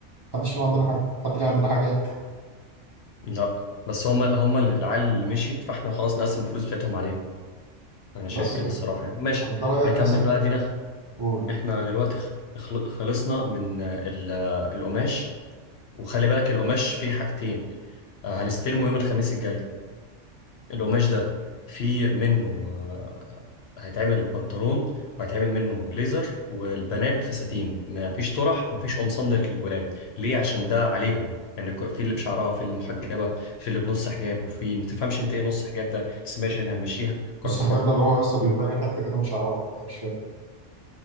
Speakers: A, on the right; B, on the left.
A: محدش له عندنا حاجه محد له عندنا حاجات
B: لا بس هم هم اللي العيال اللي مشيت فاحنا خلاص نقسم الفلوس بتاعتهم علينا انا
A: بس
B: شايف كده
A: كده
B: الصراحه يعني ماشي
A: طب انت رايك
B: نكمل
A: مثلا
B: بقى دينا
A: قول قول.
B: احنا دلوقتي خ- خل- خلصنا من آه، ال... آه، القماش وخلي بالك القماش فيه حاجتين آه، هنستلمه يوم الخميس الجاي القماش ده في منه آه، هيتعمل بنطلون وهيتعمل منه بليزر والبنات فساتين مفيش طرح مفيش قمصان للولاد ليه عشان ده عليهم لان يعني في اللي بشعرها في اللي محجبه في اللي بنص حجاب وفي ما تفهمش انت ايه نص حجاب ده بس ماشي انا همشيها قرارات
A: بص الحجاب
B: حر
A: ده اللي هو لسه بيتبين
B: و-
A: حته كده من شعرها ما انت مش فاهم